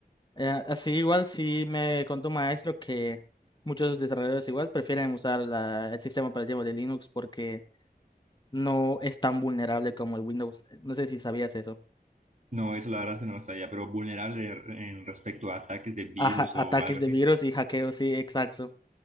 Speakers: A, on the left; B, on the right.
A: Eh, así igual sí me contó un maestro que muchos desarrolladores igual prefieren usar la- el sistema operativo de Linux porque no es tan vulnerable como el Windows. No sé si sabías eso.
B: No, eso la verdad que no lo sabía, pero vulnerable en respecto a ataques de virus
A: Ajá, ataques
B: o algo así.
A: de virus y hackeos, sí, exacto.